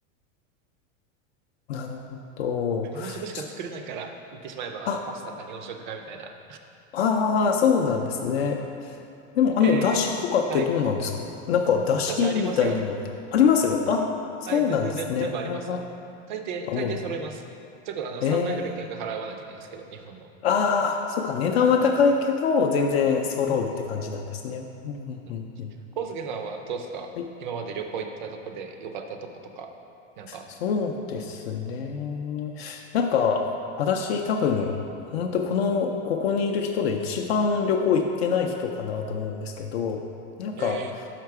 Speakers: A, on the left; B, on the right.
A: なるほど。
B: 日本食しか作れないから、
A: ちょ
B: 言ってしまえば、
A: あ、
B: あの、パスタか日本食かみたいな。
A: ああ、そうなんですね。でも、あの、
B: えー、
A: 出汁とかってどうなんですかなんか、
B: はい。
A: 出汁みたいなのってありますあ、
B: 私ありますよ。
A: そうなんですね。
B: はい、全然全部、全部あります。
A: あ、
B: 大抵、
A: あも
B: 大抵揃えます。ちょっとあの、
A: う、
B: 3倍ぐらい金額払わないといけないですけど、
A: ええ
B: 日本の。
A: ああ、そうか、値段は高いけど、全然揃うって感じなんですね。
B: うんうん。
A: うんうんうんうん
B: うん。康介さんはどうですか今まで旅行行ったとこで良かったとことか、
A: はい
B: なんか、
A: そうですね。なんか、私多分、本当この、ここにいる人で一番旅行行ってない人かなと思うんですけど、なんか、
B: へえ。